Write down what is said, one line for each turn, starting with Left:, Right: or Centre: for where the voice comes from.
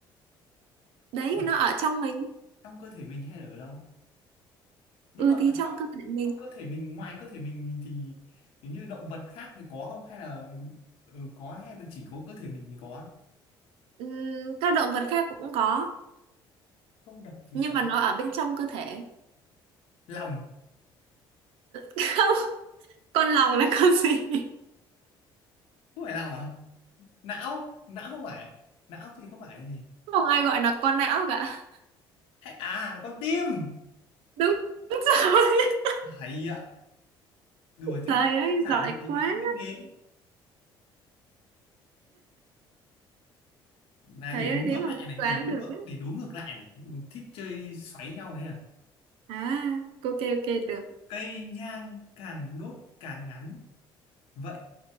Right: đấy
Left: Vâng.
Right: nó ở trong mình
Left: trong cơ thể mình hay là ở đâu nhưng
Right: ừ
Left: mà
Right: thì trong
Left: trong
Right: cơ thể mình
Left: trong cơ thể mình ngoài cơ thể mình thì nếu như động vật khác thì có không hay là ừ, có hay là chỉ có cơ thể mình mới có
Right: Ừm, các động vật khác cũng có
Left: không độc thì
Right: nhưng
Left: sống
Right: mà nó ở bên trong cơ thể
Left: lòng
Right: <laughs> không con lòng là con gì
Left: không phải lòng à não não không phải não thì không phải là gì
Right: không ai gọi là con não cả
Left: hay à con tim
Right: đúng rồi <laughs>
Left: hay ạ đùa chứ
Right: trời ơi
Left: đơn giản
Right: giỏi
Left: thì mình
Right: quá
Left: ấy không nghĩ đến là
Right: trời
Left: để đố
Right: ơi thế
Left: ngược
Right: mà
Left: lại
Right: cũng
Left: này
Right: đoán
Left: để đố
Right: được
Left: ngược
Right: ấy.
Left: để đố ngược lại này Ừ, thích chơi xoáy nhau đấy à
Right: à ok ok được
Left: cây nhang càng đốt càng ngắn vậy